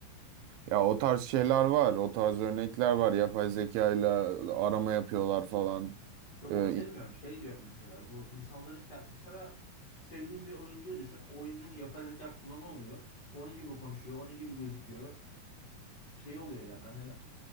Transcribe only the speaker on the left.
Yok
onu demiyorum. Şey diyorum mesela bu insanların ke- mesela sevdiğin bir oyuncuyu düşün. O oyuncunun yapay zeka kullanı oluyor. Onun gibi konuşuyor. Onun gibi gözüküyor. Şey oluyor yani hani